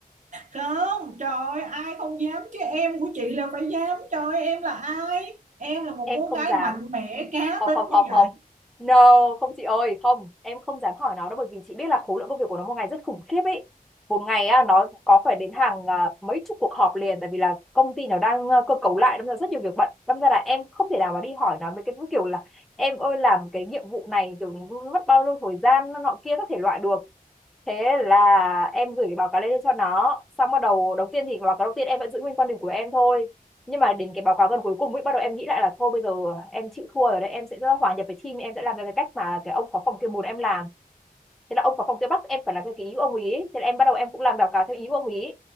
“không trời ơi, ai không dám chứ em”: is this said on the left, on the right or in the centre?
Right